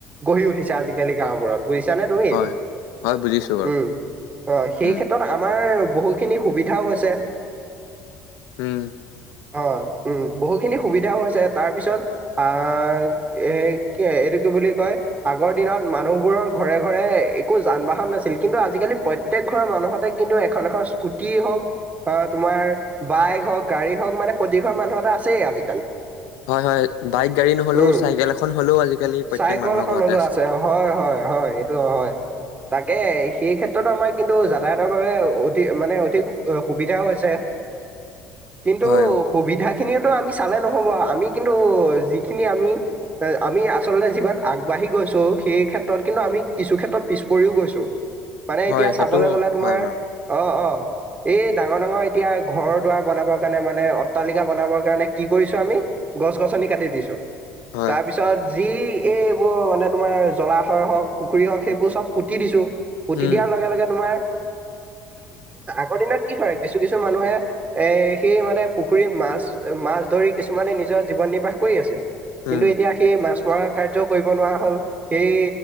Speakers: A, on the right; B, on the left.
A: গঢ়ি উঠিছে আজিকালি গাওবোৰত বুজিছানে তুমি
B: হয় হয় বুজিছো বাৰু
A: উম, অ, সেই
B: উম
A: ক্ষেত্ৰত আমাৰ বহু খিনি সুবিধাও হৈছে।
B: উম,
A: অ, উম, বহুখিনি সুবিধাও হৈছে তাৰ পিছত আহ এ কি এইটো বুলি কয় আগৰ দিনত মানুহবোৰৰ ঘৰে - ঘৰে একো যান বাহন নাছিল কিন্তু আজিকালি প্ৰত্যেক ঘৰৰ মানুহতে কিন্তু এখন - এখন স্কুটি। কি হওক অ, তোমাৰ বাইক হওক গাড়ী হওক মানে প্ৰতিঘৰ মানুহ এটা আছেই আজিকালি।
B: হয় - হয় বাইক গাড়ী নহ'লেও
A: উম
B: চাইকেল এখন হ'লেও আজিকালি প্ৰত্যেক
A: চাইকল
B: মানুহৰ
A: এখন
B: ঘৰতে
A: হলেও
B: আছে।
A: হয় হয় হয় এইটো হয় তাকে সেই ক্ষেত্ৰত ক্ষেত্ৰত আমাৰ কিন্তু যাতায়াতৰ বাবে অধ মানে অধিক সুবিধাও হৈছে। কিন্তু
B: হয়, অ,
A: সুবিধা স খিনি আমি চালে নহ'ব আমি কিন্তু যিখিনি আমি- আমি আচলতে যিমান আগবাঢ়ি আহি গৈছো সেই ক্ষেত্ৰত কিন্তু আমি কিছু ক্ষেত্ৰত পিছ পৰিও গৈছো। মানে
B: হয়
A: এতিয়া চাবলৈ
B: সেইটো
A: গ'লে তোমাৰ
B: হয় বাৰু।
A: অ - অ। এই ডাঙৰ - ডাঙৰ এতিয়া ঘৰৰ দুৱাৰ বনাবৰ কাৰণে মানে অট্টালিকা বনাবৰ কাৰণে কি কৰিছো আমি গছ গছনি কাটি দিছো
B: হয়,
A: তাৰ পিছত যি এই এইবোৰ মানে তোমাৰ জলাশয় হওক পুখুৰী হওক সেইবোৰ চব পুতি দিছো। পুতি
B: উম,
A: দিয়াৰ লগে- লগে তোমাৰ আগৰ দিনত কি কৰে কিছু - কিছু মানুহে এ সেই মানে পুখুৰীত মাছ - মাছ ধৰি কিছুমানে নিজ নিজৰ জীৱন নিৰ্বাহ কৰি আছিল
B: উম,
A: কিন্তু এতিয়া সেই মাছ মৰা কাৰ্য কৰিব নোৱাৰা হ'ল সেই